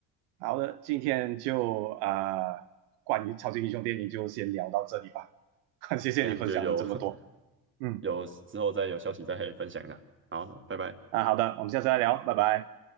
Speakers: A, on the right; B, on the right.
A: 好的，今天就呃，关于超级英雄电影就先聊到这里吧。<laughs> 谢谢你分享了这么多，
B: 看就有 <laughs>
A: 嗯，
B: 有之后再有消息再分享一下。好，拜拜。
A: 啊，好的，我们下次再聊，拜拜。